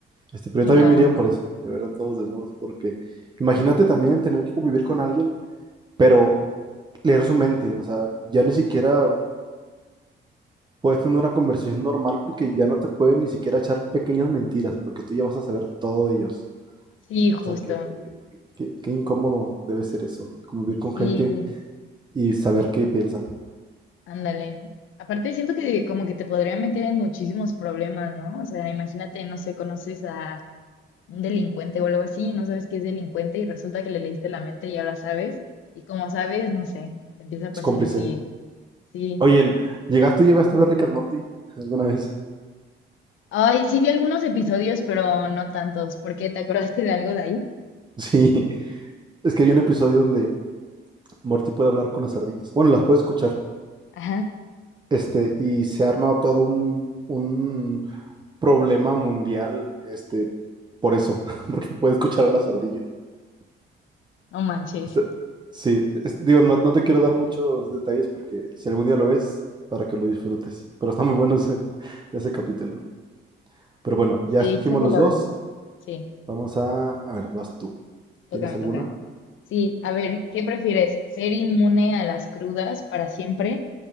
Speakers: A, on the right; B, on the left.
A: Este, pero
B: Sí,
A: yo también
B: no.
A: me iría por eso, de ver a todos desnudos, porque imagínate también tener que convivir con alguien, pero leer su mente, o sea, ya ni siquiera puedes tener una conversación normal porque ya no te pueden ni siquiera echar pequeñas mentiras, porque tú ya vas a saber todo de ellos.
B: Sí, justo.
A: O sea, que, que- qué incómodo debe ser eso, convivir con
B: Sí.
A: gente y saber
B: Y
A: qué piensan.
B: Ándale. Aparte siento que como que te podría meter en muchísimos problemas, ¿no? O sea, imagínate, no sé, conoces a un delincuente o algo así, no sabes que es delincuente y resulta que le leíste la mente y ahora sabes. Y como sabes, no sé, te empieza a
A: Es
B: perseguir
A: cómplice.
B: y sí.
A: Oye, ¿llegaste, tú llegaste a ver Rick and Morty alguna vez?
B: Ay, sí vi algunos episodios, pero no tantos, ¿por qué te acordaste de algo de ahí.
A: <laughs> Sí. Es que hay un episodio donde Morty puede hablar con las ardillas. Bueno, las puede escuchar.
B: Ajá,
A: Este, y se ha armado todo un, un problema mundial, este, por eso, <laughs> porque puede escuchar a las ardillas.
B: no manches.
A: Este, sí, es- digo, no, no te quiero dar muchos detalles porque si algún día lo ves, para que lo disfrutes. Pero está muy bueno ese, ese capítulo. Pero bueno,
B: Sí,
A: ya escogimos
B: chance
A: los
B: lo
A: dos.
B: veo. Sí,
A: Vamos a, a ver, vas tú.
B: toca,
A: ¿Tienes
B: me
A: alguna?
B: toca. Sí, a ver, ¿qué prefieres? ¿Ser inmune a las crudas para siempre